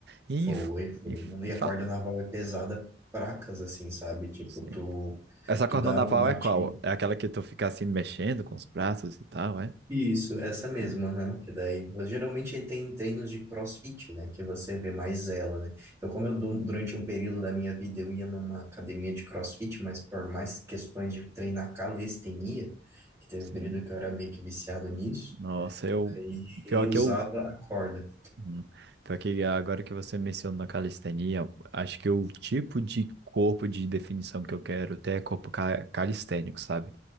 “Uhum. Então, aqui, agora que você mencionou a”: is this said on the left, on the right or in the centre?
Right